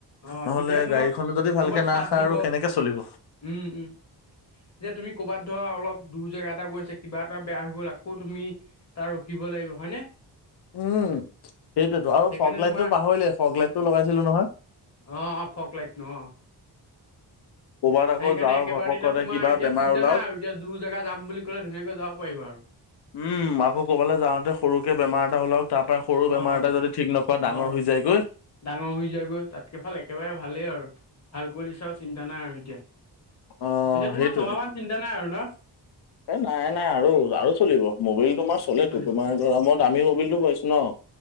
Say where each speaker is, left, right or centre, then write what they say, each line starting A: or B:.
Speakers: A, on the left (about 40°); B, on the left (about 65°).
A: অ
B: নহলে
A: তেতিয়া তোমাক
B: গাড়ীখনো যদি ভালকে
A: কৰ'বাত
B: নাৰাখা
A: চাট দিব
B: আৰু কেনেকে চলিব
A: উম উম যে তুমি ক'ৰবাত ধৰা অলপ দূৰ জেগা এটা গৈছে কিবা এটা বেয়া হৈ গ'ল আকৌ তুমি তাৰ ৰখিব লাগিব হয়নে?
B: উম, সেইটোতো আৰু
A: সেইকাৰণে
B: ফগ লাইটটো
A: তোমাৰ
B: পাহৰিলে ফগ লাইটটো লগাইছিলো নহয়।
A: অ অ ফগ লাইটটো অ।
B: ক'ৰবাত আকৌ
A: সেইকাৰণে
B: যাওঁ
A: একেবাৰে
B: ঘপকতে
A: তেতিয়া তোমাৰ
B: কিবা
A: এতিয়া
B: বেমাৰ
A: চিন্তা
B: ওলাওক।
A: নাই আৰু এতিয়া দূৰ জেগা যাম বুলি ক'লে ধুনীয়াকৈ যাব পাৰিবা আৰু।
B: উম আকৌ ক'বালে যাওঁতে সৰুকে বেমাৰ এটা ওলায়ক। তাৰ পৰা সৰু বেমাৰ
A: অঁ
B: এটা যদি ঠিক নকৰা ডাঙৰ
A: অঁ
B: হৈ যায়গৈ।
A: ডাঙৰ হৈ যায়গৈ তাতকে ভাল একেবাৰে ভালেই আৰু ভাল কৰিছা আৰু চিন্তা নাই আৰু এতিয়া।
B: অ',
A: এতিয়া তোমাৰ
B: সেইটোৱেতো।
A: ছমাহ মান চিন্তা নাই আৰু ন?
B: এ নাই নাই আৰু আৰু চলিব মবিল তোমাৰ চলেতো
A: অ', চলিব
B: তোমাৰ ধৰা মই দামীৰ মবিলটো পাইছো ন।